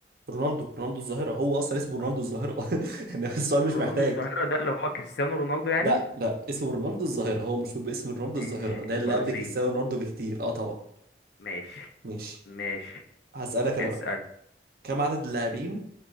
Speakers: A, on the right (about 55°); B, on the left (about 70°).
A: رونالدو رونالدو الظاهره هو اصلا اسمه رونالدو الظاهره <laughs> يعني السؤال مش
B: رونالدو
A: محتاج
B: الظاهرة ده اللي هو كريستيانو رونالدو يعني
A: لا لا اسمه رونالدو الظاهره هو مشهور باسم رونالدو
B: ماشي
A: الظاهره ده
B: البرازيلي
A: اللي قبل كريستيانو رونالدو بكتير اه طبعا
B: ماشي
A: ماشي
B: ماشي
A: هسألك انا
B: اسأل
A: بقى كم عدد اللاعبين